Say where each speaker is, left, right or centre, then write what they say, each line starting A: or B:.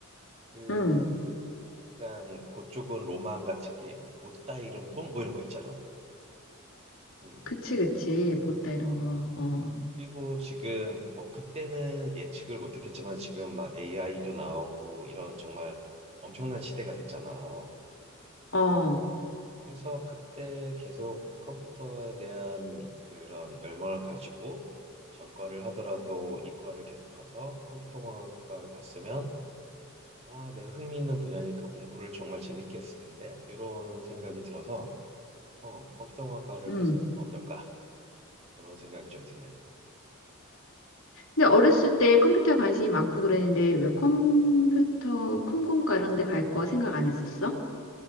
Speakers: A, on the right; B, on the left.
A: 그
B: 음,
A: 약간 그쪽은 로망 같이 게 못다 이룬 꿈 뭐 이런 거 있잖아. 음.
B: 그치, 그치. 못다
A: 어,
B: 이런 거. 어,
A: 그리고 지금 뭐 그때는 예측을 못했겠지만 지금 막 AI도 나오고 이런 정말 엄청난 시대가 됐잖아. 어.
B: 어,
A: 그래서 그때 계속 컴퓨터에 대한 그런 열망을 가지고 전과를 하더라도 이과를 계속 가서 컴퓨터과를 갔으면 아 내가 흥미 있는 분야니까 공부를 정말 재밌게 했을 텐데 이런 생각이 들어서 어 컴퓨터공학과를
B: 음.
A: 갔었으면 어떨까 이런 생각이 좀 드네.
B: 근데 어렸을 때 컴퓨터에 관심이 많고 그랬는데 왜 컴퓨터, 컴공과 이런 데 갈 거 생각 안 했었어?